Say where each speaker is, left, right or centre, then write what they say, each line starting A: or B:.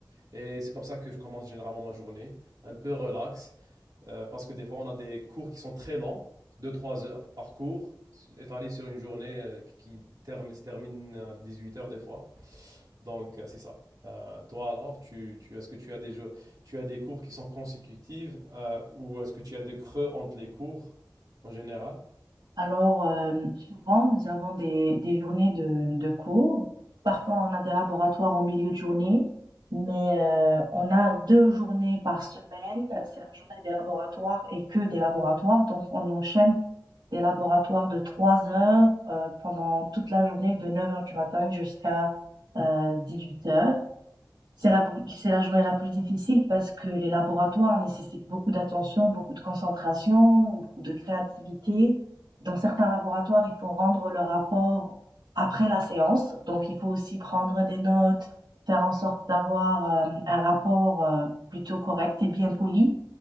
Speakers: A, on the right; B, on the right.
A: Et c'est comme ça que je commence généralement ma journée, un peu relax. Euh, parce que des fois, on a des cours qui sont très lents, 2 trois heures par cours, étalés sur une journée euh, qui termine, se termine à 18 heures des fois. Donc, euh, c'est ça. Euh, toi alors, tu, tu, est-ce que tu as des jeux, tu as des cours qui sont consécutifs euh, ou est-ce que tu as des creux entre les cours en général?
B: Alors, euh, souvent, nous avons des, des journées de, de cours. Parfois, on a des laboratoires en milieu de journée, mais euh, on a deux journées par semaine. C'est la journée des laboratoires et que des laboratoires. Donc, on enchaîne des laboratoires de trois heures euh, pendant toute la journée, de 9 heures du matin jusqu'à euh, huit heures. C'est la, c'est la journée la plus difficile parce que les laboratoires nécessitent beaucoup d'attention, beaucoup de concentration, beaucoup de créativité. Dans certains laboratoires, il faut rendre le rapport après la séance, donc il faut aussi prendre des notes, faire en sorte d'avoir euh, un rapport euh, plutôt correct et bien poli.